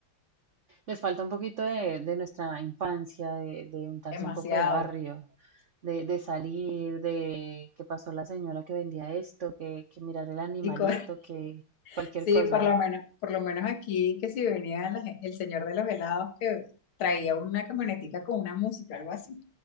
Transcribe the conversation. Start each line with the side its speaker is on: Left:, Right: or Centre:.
Right: Les falta un poquito de, de nuestra infancia, de, de untarse
Left: Demasiado.
Right: un poco de barrio, de, de salir, de qué pasó la señora que vendía esto, que, que mirar el animalito,
Left: Y co-
Right: que cualquier
Left: Sí,
Right: cosa.
Left: por lo menos, por lo menos aquí que si venía la gen- el señor de los helados que traía una camionetica con una música, algo así.